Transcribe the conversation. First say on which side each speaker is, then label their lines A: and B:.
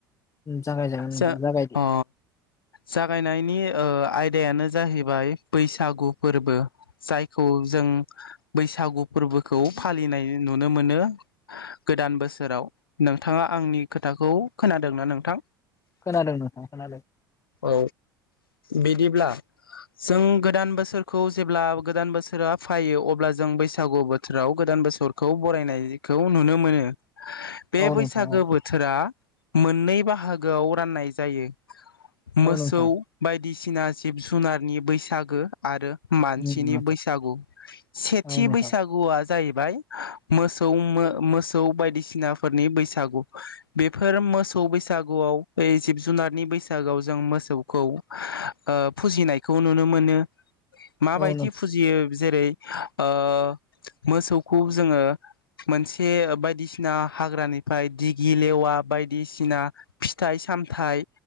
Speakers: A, on the left; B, on the left.
A: जागायजागोन नोंथां
B: जा
A: जागायदो
B: अ जागायनायनि ओ आयदायानो जाहैबाय बैसागु फोरबो जायखौ जों बैसागु फोरबोखौ फालिनाय नुनो मोनो। गोदान बोसोराव नोंथाङा आंनि खोथाखौ खोनादोंना नोंथां?
A: खोनादों नोंथां खोनादों।
B: औ बिदिब्ला जों गोदान बोसोरखौ जेब्ला गोदान बोसोरा फायो अब्ला जों बैसागु बोथोराव गोदान बोसोरखौ बरायनायखौ नुनो मोनो। बे
A: औ
B: बैसागो
A: नोंथां औ
B: बोथोरा मोननै बाहागोआव राननाय जायो। मोसौ
A: औ नोंथां
B: बायदि दिसिना जिब जुनारनि बैसागो आरो मानसिनि
A: नोंथां
B: बैसागु सेथि
A: औ नोंथां
B: बैसागुआ जाहैबाय मोसौ मो मोसौ बायदिसिनाफोरनि बैसागु बेफोर मोसौ बैसागुआव ए जिब जुनारनि बैसागुआव जों मोसौखौ ओ फुजिनायखौ नुनो मोनो। माबायदि
A: औ
B: फुजियो जेरै ओ मोसौखौ जोङो। मोनसे बायदिसिना हाग्रानिफ्राय दिगि लेवा बायदिसिना फिथाइ सामथाइ